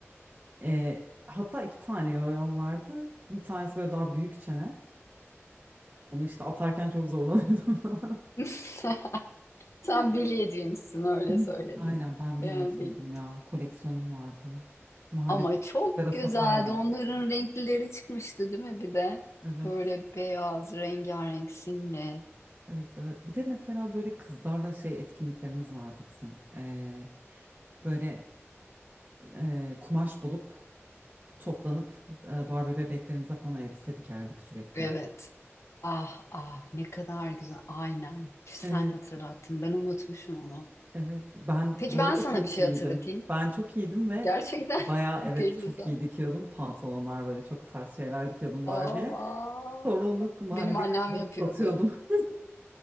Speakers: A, on the right; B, on the left.
A: Ee, hatta iki tane yoyom vardı. Bir tanesi böyle daha büyük çene. Onu işte atarken çok zorlanıyordum. <laughs>
B: <laughs> Sen
A: falan.
B: bilyeciymişsin öyle
A: <laughs> <clears throat>
B: söyledim.
A: Aynen ben binniciydim
B: Ee, bil-
A: ya. Koleksiyonum vardı. Mahalledeki
B: Ama çok
A: çocuklara
B: güzeldi.
A: satardım.
B: Onların renklileri çıkmıştı değil mi bir de?
A: Evet.
B: Böyle beyaz, rengarenk simli.
A: Evet evet. Bir de mesela böyle kızlarla şey etkinliklerimiz vardı bizim. Ee, böyle e, kumaş bulup toplanıp e, Barbie bebeklerimize falan elbise dikerdik sürekli.
B: Evet. Ah ah ne kadar güzel. Aynen. Sen
A: Evet,
B: hatırlattın. Ben unutmuşum onu.
A: evet. Ben
B: Peki
A: bu
B: ben
A: arada
B: sana
A: çok
B: bir şey
A: iyiydim.
B: hatırlatayım.
A: Ben çok iyiydim ve
B: Gerçekten
A: bayağı
B: <laughs> belli
A: evet çok
B: zaten.
A: iyi dikiyordum. Pantolonlar böyle çok tarz şeyler dikiyordum
B: Aa,
A: Barbie'ye. Sonra onu mahalledeki
B: benim annem
A: kızlara
B: yapıyordu.
A: satıyordum. <laughs>